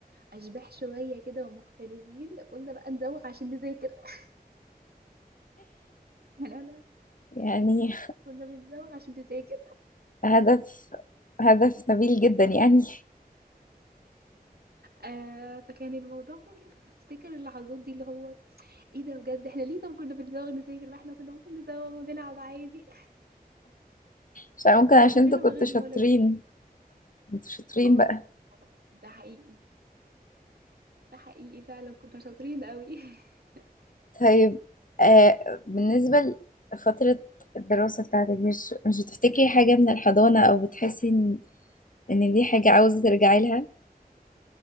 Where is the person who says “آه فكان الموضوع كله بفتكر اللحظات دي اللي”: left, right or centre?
Right